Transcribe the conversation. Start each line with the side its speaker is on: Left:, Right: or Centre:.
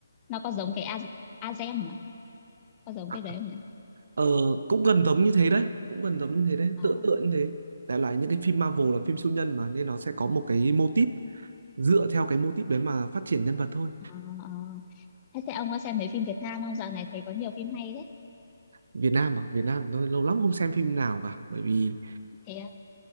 Left: nó có giống cái A, Azem mà có giống
Right: à,
Left: cái đấy không nhỉ
Right: ờ, cũng gần giống như thế đấy cũng gần giống như thế đấy
Left: ờ
Right: tựa tựa như thế đại loại những cái phim Marvel là phim siêu nhân mà nên nó sẽ có một cái mô típ dựa theo cái mô típ đấy mà phát triển nhân vật thôi
Left: ờ ờ thế thế ông có xem mấy phim Việt Nam không dạo này thấy có nhiều phim hay đấy
Right: Việt Nam à Việt Nam tôi lâu lắm không xem phim nào cả bởi vì
Left: thế à?